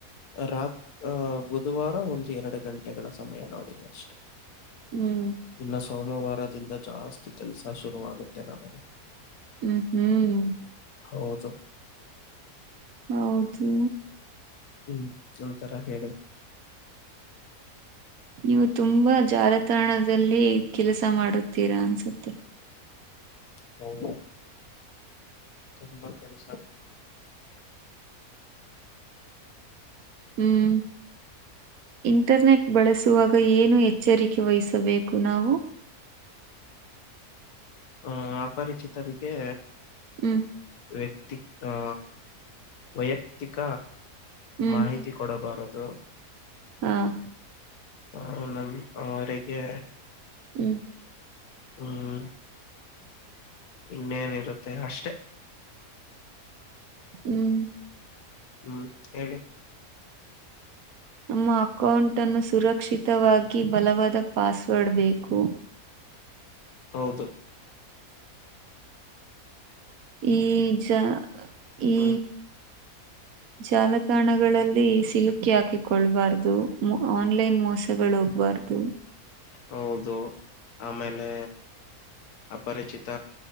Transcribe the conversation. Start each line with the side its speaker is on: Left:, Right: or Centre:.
Left: ರಾತ್ ಆ ಬು ಧುವಾರ ಒಂದು ಎರಡು ಗಂಟೆಗಳ ಸಮಯ ನೋಡಿದೆ ಅಷ್ಟೆ.
Right: ಹ್ಮ್.
Left: ಇನ್ನು ಸೋಮವಾರದಿಂದ ಜಾಸ್ತಿ ಕೆಲಸ ಶುರುವಾಗುತ್ತೆ ನನಗೆ
Right: ಹ್ಮ್ ಹ್ಮ್
Left: ಹೌದು
Right: ಹೌದು
Left: ಹ್ಮ್ ಒಂತರ ಹೇಳಿ
Right: ನೀವು ತುಂಬಾ ಜಾಲತಾಣದಲ್ಲಿ ಕೆಲಸ ಮಾಡುತ್ತೀರಾ ಅನ್ಸುತ್ತೆ
Left: <unintelligible> ತುಂಬಾ ಕೆಲಸ
Right: ಹ್ಮ್ ಇಂಟರ್ನೆಟ್ ಬಳಸುವಾಗ ಏನು ಎಚ್ಚರಿಕೆ ವಹಿಸಬೇಕು ನಾವು
Left: ಆ ಅಪರಿಚಿತರಿಗೆ
Right: ಹ್ಮ್
Left: ವ್ಯಕ್ತಿ ಆ ವೈಯಕ್ತಿಕ
Right: ಹ್ಮ್
Left: ಮಾಹಿತಿ <unintelligible> ಕೊಡಬಾರದು
Right: ಹ್ಮ್
Left: ಹ ನಮ ಅವರಿಗೆ
Right: ಹ್ಮ್
Left: ಹ್ಮ ಇನ್ನೇನಿರುತ್ತೆ ಅಷ್ಟೆ
Right: ಹ್ಮ್
Left: ಹ್ಮ್ ಹೇಳಿ
Right: ನಮ್ಮ ಅಕೌಂಟ ಅನ್ನು ಸುರಕ್ಷಿತವಾಗಿ ಬಲವಾದ ಪಾಸ್ವರ್ಡ್ ಬೇಕು
Left: ಹೌದು
Right: ಈಜ ಈ
Left: ಹ್ಮ್
Right: ಜಾಲತಾಣಗಳಲ್ಲಿ ಸಿಲುಕಿ ಹಾಕಿಕೊಳ್ಬಾರ್ದು ಆನ್ಲೈನ್ ಮೋಸಗಳು ಹೋಗಬಾರ್ದು
Left: ಹೌದು ಆಮೇಲೆ ಅಪರಿಚಿತ